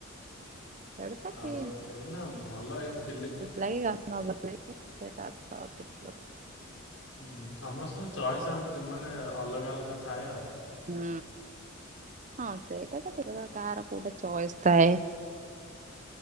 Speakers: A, on the right; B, on the left.
A: ସେଇଟା ତ କି
B: ଆଉ ଏଇନା ଭଲ ଏଇ ଫିଲ
A: ଲାଗି ଆ ନ ଲାଗ ସେଟା <unintelligible>
B: ହୁଁ ହୁଁ ସମସ୍ତଙ୍କ ଚଏସ୍ ଆଉ ମାନେ ଅଲଗା ଅଲଗା ଥାଏ ଆଉ।
A: ହୁଁ ହଁ ସେଇଟା ଟିକ୍ କଥା କାହାର କୋଉଟା ଚଏସ୍ ଥାଏ।